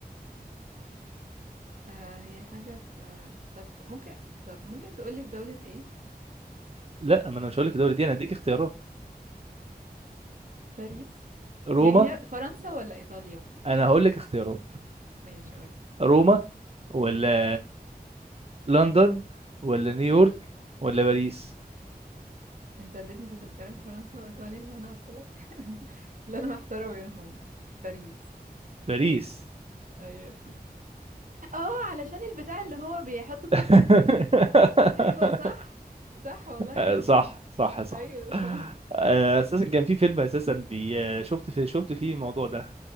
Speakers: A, on the right; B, on the right.
A: آه هي حاجة في طب ممكن طب ممكن تقولي في دولة ايه
B: لا ما انا مش هقول لك الدوري دي انا هديك اختيارات
A: باريس
B: روما
A: يعني هي فرنسا ولا ايطاليا
B: انا هقول لك اختيارات
A: ماشي قول
B: روما ولا
A: امم
B: لندن ولا نيويورك
A: ايوه
B: ولا باريس
A: انت اديتني في الاختيارات فرنسا وايطاليا اللي انا قلت لك <laughs> اللي انا محتارة بينهم باريس
B: باريس
A: ايوه اه علشان البتاع اللي هو بيحطوا فيه
B: <laughs>
A: القفل ايوه صح صح والله
B: آه،
A: اكيد
B: صح صح صح
A: ايوه صح
B: آه، اساسا كان في فيلم اساسا
A: <laughs>
B: بي آه، شفت في شفت فيه الموضوع ده